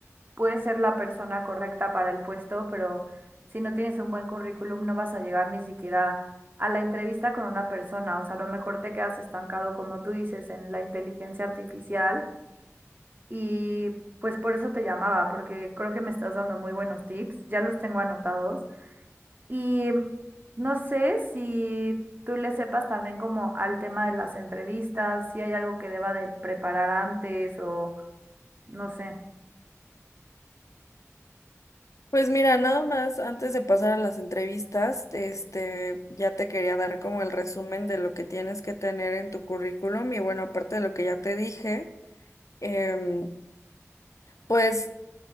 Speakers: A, on the right; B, on the left.
A: puedes ser la persona correcta para el puesto, pero si no tienes un buen currículum, no vas a llegar ni siquiera a la entrevista con una persona. O sea, a lo mejor te quedas estancado, como tú dices, en la inteligencia artificial y pues por eso te llamaba, porque creo que me estás dando muy buenos tips, ya los tengo anotados. Y no sé si tú le sepas también como al tema de las entrevistas, si hay algo que deba de preparar antes o no sé.
B: Pues mira, nada más antes de pasar a las entrevistas, este, ya te quería dar como el resumen de lo que tienes que tener en tu currículum y bueno, aparte de lo que ya te dije, em, pues